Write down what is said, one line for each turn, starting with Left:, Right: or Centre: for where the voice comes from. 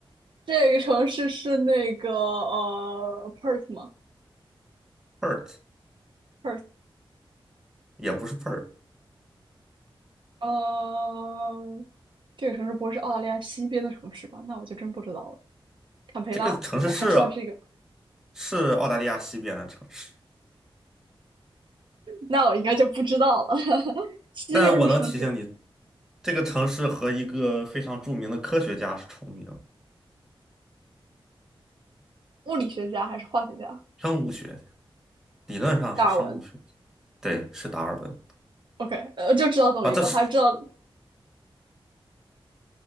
Right: 这个城市是那个呃 Perth 吗
Centre: ，Perth
Right: ？Perth，
Centre: 也不是 Perth，
Right: 呃，这个城市不会是澳大利亚西边的城市吧？那我就真不知道了。坎培拉，
Centre: 这个城市是
Right: 我还知道这个，
Centre: 是澳大利亚西边的城市，
Right: 那我应该就不知道了。<laughs> 西边的城市，
Centre: 但我能提醒你，这个城市和一个非常著名的科学家是重名的，
Right: 物理学家还是化学家？
Centre: 生物学家理论上是生物学家，
Right: 达尔文。
Centre: 对，是达尔文
Right: OK，呃，就知道这么一个，
Centre: 啊，这是
Right: 还知道。